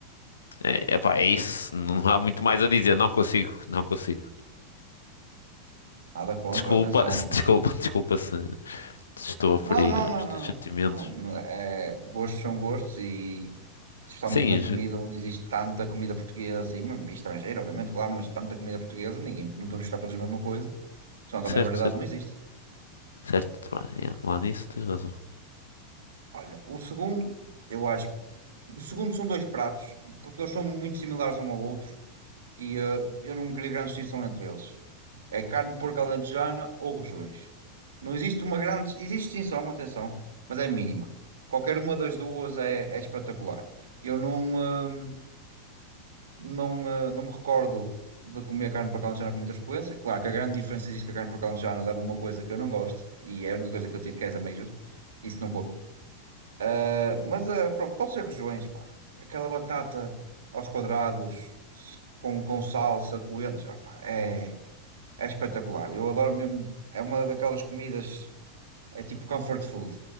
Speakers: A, on the left (about 70°); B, on the right (about 60°).
A: É, epá, é isso. Não há muito mais a dizer. Não consigo, não consigo.
B: Nada contra,
A: Desculpa,
B: atenção,
A: <laughs> se-
B: mas.
A: desculpa, desculpa se, se estou a ferir
B: Não, não, não,
A: os
B: não,
A: teus sentimentos.
B: não. Não, não, é, gostos são gostos e especialmente
A: Sim,
B: na comida
A: ju-
B: onde existe tanta comida portuguesa e, mesmo estrangeira, obviamente, claro, mas tanta comida portuguesa, ninguém, não podemos buscar todos a mesma coisa, senão também
A: certo,
B: a variedade
A: certo,
B: não existe.
A: certo. pá, yeah, Lá nisso tens razão.
B: Olha, o segundo, eu acho, o segundo são dois pratos, porque eles são muito similares um ao outro, e eh, eu não queria grande distinção entre eles. É carne de porco alentejana ou rojões. Não existe uma grande. Existe distinção, atenção, mas é mínima. Qualquer uma das duas é, é espetacular. Eu não, eh, não, eh, não me recordo de comer carne de porco alentejana com muita frequência. Claro que a grande diferença existe que a carne de porco alentejana leva uma coisa que eu não gosto e é a única coisa que eu tiro que é as ameijas. Isso não como. Ah, mas ah, pronto, pode ser regiões, pá. Aquela batata aos quadrados, com, com salsa, coentros, ah, pá, é, é espetacular. Eu adoro mesmo. É uma daquelas comidas, é tipo comfort food,